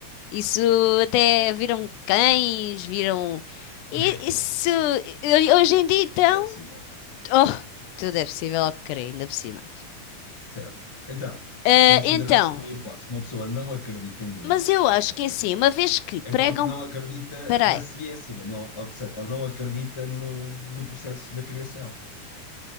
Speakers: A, on the left; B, on the left.
A: Isso até viram cães, viram. e-
B: <laughs>
A: Isso. e- Hoje em dia, então.
B: Não é possível.
A: Oh, tudo é possível ao que crer, ainda por cima.
B: Certo. Então,
A: Ah,
B: considerando
A: então.
B: então, a hipótese que uma pessoa não acredita em Deus,
A: Mas eu acho
B: não
A: que é assim,
B: é?
A: uma vez que pregam.
B: É porque não acredita
A: Peraí.
B: na ciência, não, ou seja, ou não acredita no, no processo da criação.